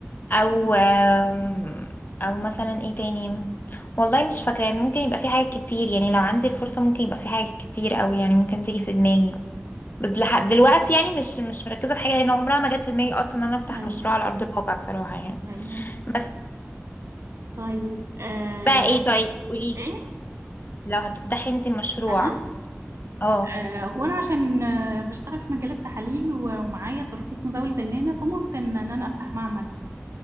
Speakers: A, on the left; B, on the right.
A: او
B: حلو.
A: آم، او مثلا ايه تاني والله مش فاكره يعني ممكن يبقى في حاجات كتير يعني لو عندي الفرصه ممكن يبقى في حاجات كتير قوي يعني ممكن تيجي في دماغي بس لحد دلوقتي يعني مش مش مركزه في حاجه لان عمرها ما جت في دماغي اصلا ان انا افتح
B: ايوه
A: مشروع على ارض الواقع بصراحه يعني
B: ايوه
A: بس
B: طيب آه
A: بقى ايه طيب قوليلي
B: ايه
A: لو هتفتحي انت مشروع
B: انا
A: اه
B: آه وانا عشان آه بشتغل في مجالات تحاليل و- ومعايا ترخيص مزاولة المهنة فممكن ان انا افتح معمل